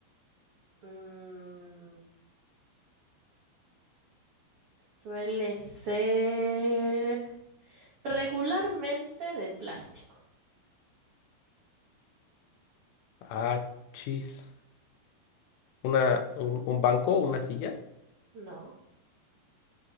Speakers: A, on the right; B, on the left.
A: Mm, suele ser regularmente de plástico.
B: Ah, chis. Una, un, un banco, una silla.
A: No,